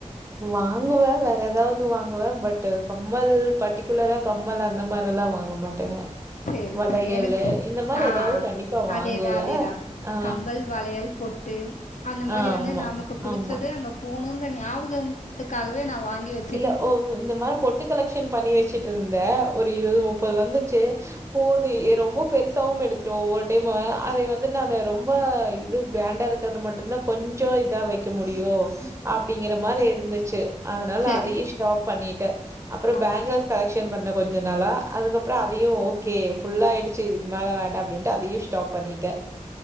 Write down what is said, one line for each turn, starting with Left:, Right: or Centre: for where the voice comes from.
Right: வாங்குவே வேற எதாவ்து வாங்குவே பட்டு கம்மல் பர்ட்டிக் ரெகுலரா கம்மல் அந்த மாரி எல்லா வாங்க மாட்டேங்க
Left: சேரி
Right: வளையலு
Left: சேரி எனக்கு
Right: இந்த மாரி
Left: ஆ
Right: ஏதாவது கண்டிப்பா
Left: அதேதா
Right: வாங்குவேன்.
Left: அதேதா
Right: ஆ,
Left: கம்பல் வளையல் பொட்டு ட்டு அந்த மாரி
Right: ஆ
Left: வந்து
Right: ஆமா,
Left: நமக்கு புடிச்சது
Right: ஆமா.
Left: அங்க போனோன்ற ஞாபகத்துக்காகவே நா வாங்கி வெச்
Right: இல்ல ஒரு இந்த மாரோ பொட்டு கலெக்ஷன் பண்ணி வெச்சுட்டு இருந்தே ஒரு இருவது முப்பது வந்துச்சி அப்போ அது ரொம்ப பெருசாவும் எடுத்துட்டு ஒவ்வொரு டைம் அத வந்து நானு ரொம்ப இது கிராண்டா இருக் இருக்கறது மட்டும்தா கொஞ்சோ இதா வெக்க முடியு அப்டிங்கற மாரி இருந்துச்சி அதனால
Left: சரி
Right: அதையு ஸ்டாப் பண்ணிட்டே அப்றோ
Left: அப்
Right: பேங்கஸ் கலக் ஷன் பண்ண கொஞ்சோ நாளா அதுக்கப்றோ அதையு ஓகே ஃபுல்லா ஆடுச்சி இதுக்கு மேல வேண்டாம் அப்டின்னு சொல்டு அதையு ஸ்டாப் பண்ணிட்டே